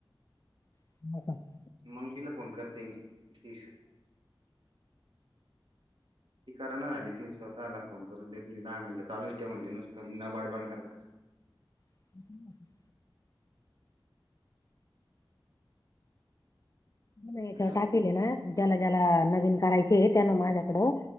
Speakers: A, on the left (about 40°); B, on the right (about 75°).
A: <unintelligible>
B: मग तिला फोन करते तीस. कराना झाली ती स्वतःला फोन करून नाही दहा मिनटं चालूच ठेवण ते नुसतं न बडबड करता.
A: <unintelligible> याच्यावर
B: हॅलो
A: टाकेल ना ज्याला ज्याला नवीन करायचे त्यान माझ्याकडं.